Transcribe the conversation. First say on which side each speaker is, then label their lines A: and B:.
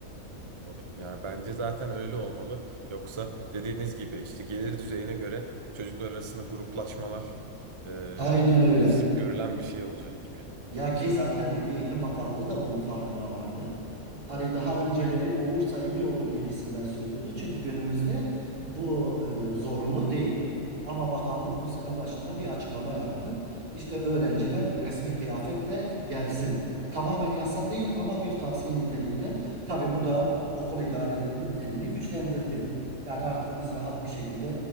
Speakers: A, on the right; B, on the right.
A: anladım. Ya bence zaten öyle olmalı. Yoksa dediğiniz gibi işte gelir düzeyine göre çocuklar arasında gruplaşmalar e,
B: Aynen öyle.
A: sık görülen bir şey olacak gibi yani.
B: Ya ki zaten Milli Eğitim Bakanlığı da bunun farkına vardı. Hani daha önceleri olursa iyi olur gibisinden söylüyordu. Çünkü günümüzde bu e, zorunlu değil. Ama bakanlık bu sene başında bir açıklama yaptı. İşte öğrenciler resmi kıyafetle gelsin. Tamamen yasa değil ama bir tavsiye niteliğinde. Tabii bu da okul idarelerinin elini güçlendirdi. Yani artık biz rahat bir şekilde